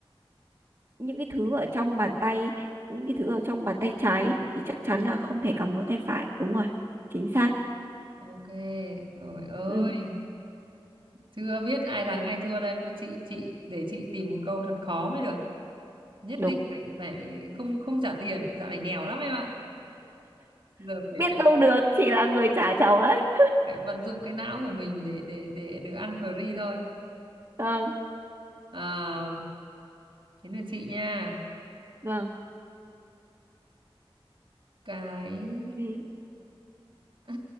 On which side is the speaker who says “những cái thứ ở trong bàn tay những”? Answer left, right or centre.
Right